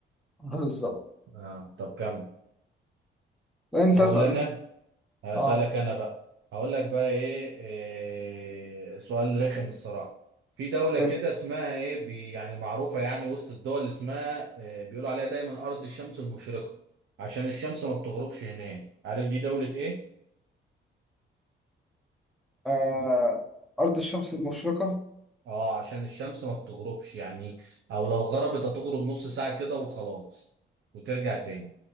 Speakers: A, in the centre; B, on the right (about 70°).
A: <laughs> بالظبط
B: آه طب كمل
A: أنت
B: أقول
A: اسأل
B: أنا
A: أنت
B: هسألك
A: اه
B: أنا بقى هقول لك بقى إيه, إيه سؤال رخم الصراحة في دولة
A: اسأل
B: كده اسمها إيه بي يعني معروفة يعني وسط الدول اللي اسمها إيه بيقولوا عليها دايما أرض الشمس المشرقة عشان الشمس ما بتغربش هناك عارف دي دولة إيه؟
A: آه. أرض الشمس المشرقة
B: آه عشان الشمس ما بتغربش يعني أو لو غربت هتغرب نص ساعة كده وخلاص وترجع تاني